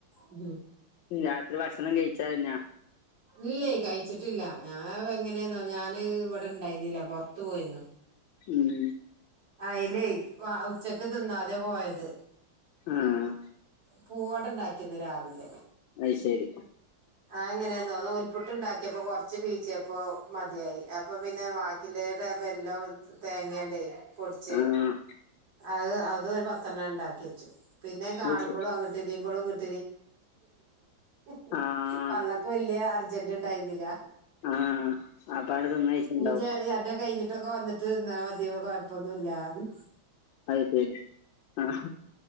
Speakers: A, on the right; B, on the left.
A: ഉം
B: രാത്രി ഭക്ഷണം കഴിച് കഴിഞ്ഞ
A: ഇല്ലെ കഴിച്ചിട്ടില്ല ഞാൻ എങ്ങനെന്നോ ഞാൻ ഇവിടെ ഇണ്ടായിരുന്നില്ല പൊർത്തു പോയിന്നു
B: ഉം
A: അയിലേ ഉച്ചക്ക് തിന്നാതെ പോയത്
B: ആഹ്
A: പൂവാട ഉണ്ടാക്കിന്നു രാവിലെ
B: അയ്ശരി
A: ആയ് എങ്ങനെ എന്തോന്ന നുൽപുട്ടുണ്ടാക്കിയപ്പോ കൊർച്ച് പീച്ചിയപ്പോ മതിയായി അപ്പൊ പിന്നെ വാക്കിലടെ ബെല്ലം തേങ്ങേടെ പൊട്ച്ച്
B: ആഹ്
A: അത് അത് ഒരു പത്തെണ്ണം ഇണ്ടാക്കി വെച്ചു പിന്നെ കാണുമ്പോളും
B: അത് ശരി
A: അഹ് <unintelligible>
B: ആഹ്
A: ഇപ്പൊ വല്യ അർജന്റിണ്ടായിർന്നില്ല
B: ആഹ് അപ്പാട് തിന്നയിച്ചിണ്ടാവും
A: നിജ്ജ് അന്റെ കഴിഞ്ഞി ട്ടൊക്കൊ വന്നിട്ട് തിന്നാ മതിവൊ കൊയ്പ്പോന്നു ഇല്ലാർഞ്ഞ്
B: അയ്ശരി ആഹ്